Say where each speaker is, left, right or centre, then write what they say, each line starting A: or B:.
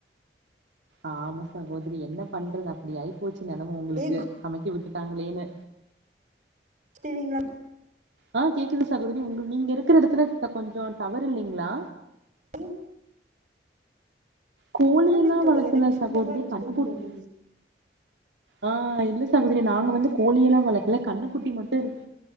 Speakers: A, on the right; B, on the right.
A: ஆமா சகோதரி என்ன பண்றது அப்டி ஆய்ப்போச்சி நெலம உங்களுக்கு
B: ஏ
A: சமைக்க விட் டுட்டாங்களேனு
B: ஸ்ப்லீங்ளா
A: ஆ கேக்குது சகோதரி உங்க நீங்க இருக்கற எடத்துல த கொஞ்சோ டவரு இல்லீங்ளா
B: ம்
A: கோழியெல்லா
B: இல்லலீங் தோழி
A: வளர்த்தல
B: எனக் ஃபுல்
A: சகோதரி
B: டவர்ருக்குங்
A: கண்ணுக்குட்டி
B: தோழி
A: ஆ இல்ல சகோதரி நாங்க வந்து கோழியெல்லா வள இல்ல கண்ணுக்குட்டி மட்டு இருக்